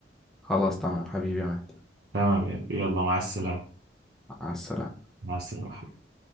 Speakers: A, in the centre; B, on the right.
A: خلاص تمام حبيبي يا مهدي
B: تمام يا ربي يلا مع السلامة
A: مع السلامة
B: مع السلامة حبيبي